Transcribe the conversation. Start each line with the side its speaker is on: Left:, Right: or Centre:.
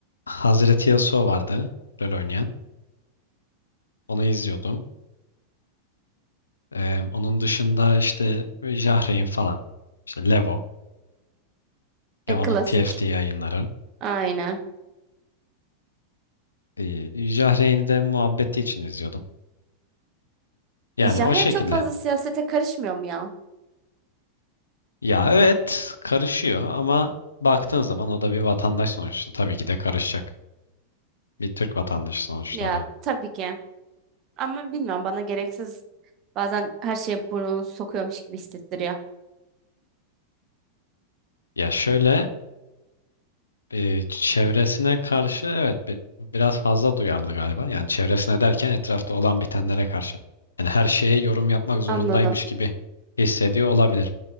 Left: Hazreti Yasuo vardı LoL oynayan. Onu izliyordum. Ee, onun dışında işte Jahrein falan. İşte Levo. Levo'nun
Right: E, klasik.
Left: TFT yayınları.
Right: Aynen.
Left: Ee, Jahreyn'i de muhabbeti için izliyordum. Yani
Right: E, Jahren
Left: o şekilde.
Right: çok fazla siyasete karışmıyor mu ya?
Left: Ya evet karışıyor ama baktığın zaman o da bir vatandaş sonuçta. Tabii ki de karışacak. Bir Türk vatandaşı sonuçta
Right: Ya
Left: o da.
Right: tabii ki. Ama bilmiyorum bana gereksiz bazen her şeye burnunu sokuyormuş gibi hissettiriyor.
Left: Ya şöyle e, çevresine karşı evet bi- biraz fazla duyarlı galiba. Yani çevresine derken etrafta olan bitenlere karşı. Yani her şeye yorum yapmak zorundaymış
Right: Anladım.
Left: gibi hissediyor olabilir.